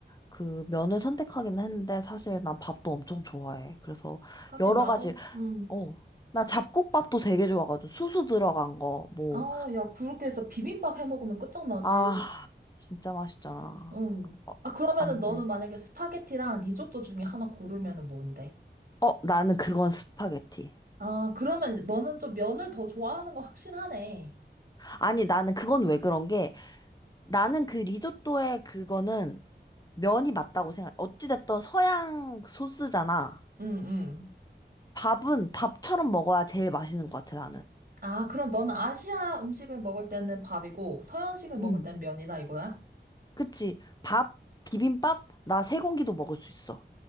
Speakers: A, on the left (about 20°); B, on the right (about 50°).
A: 그 면을 선택하긴 했는데 사실 난 밥도 엄청 좋아해. 그래서
B: 하긴
A: 여러
B: 나도,
A: 가지,
B: 음.
A: 어, 나 잡곡밥도 되게 좋아가지고 수수 들어간 거, 뭐,
B: 아, 야, 그렇게 해서 비빔밥 해 먹으면 끝장나지.
A: 아, 진짜 맛있잖아.
B: 응
A: 어,
B: 아, 그러면은
A: 안
B: 너는
A: 돼.
B: 만약에 스파게티랑 리조또 중에 하나 고르면은 뭔데?
A: 어, 나는 그건 스파게티.
B: 아, 그러면 너는 좀 면을 더 좋아하는 거 확실하네.
A: 아니, 나는 그건 왜 그런 게 나는 그 리조또에 그거는 면이 맞다고 생각. 어찌됐든 서양 소스잖아.
B: 응, 응.
A: 밥은 밥처럼 먹어야 제일 맛있는 것 같아, 나는.
B: 아, 그럼 너는 아시아 음식을 먹을 때는 밥이고 서양식을 먹을
A: 음.
B: 땐 면이다 이거야?
A: 그치? 밥, 비빔밥, 나 세 공기도 먹을 수 있어.